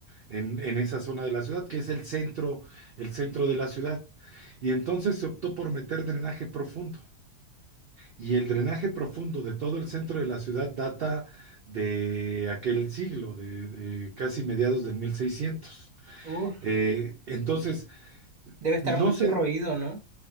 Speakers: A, on the right; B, on the right.
A: en, en esa zona de la ciudad, que es el centro, el centro de la ciudad. Y entonces se optó por meter drenaje profundo. Y el drenaje profundo de todo el centro de la ciudad data de aquel siglo, de, de casi mediados del 1600.
B: Uf,
A: Eh, entonces,
B: debe estar
A: no
B: muy corroído,
A: se,
B: ¿no?